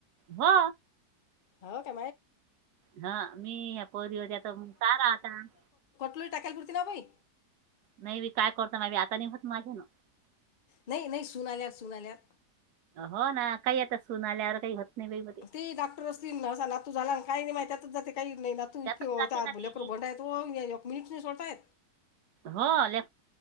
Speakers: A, on the right (about 75°); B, on the left (about 55°).
A: हो
B: हो का.
A: हा मी ह परीवर त्याचा मग सारा आत <unintelligible>
B: टकेल करती ना भाई
A: नाही बी काय करत मी आता नाही होत माझे ना
B: नाही नाही सुना आल्यात सुना आल्यात
A: हो ना काही आता सून आल्यावर काही होत नाही बाई मध्ये
B: ते डाक्टर असतील ना, नातू झाला काही नाही माहिती त्यातच जात काही नाही ना तू इ
A: त्यातच
B: होतालेकर
A: जाते ना ते
B: बोंय एक मिनिटं नाही सोडताय
A: होले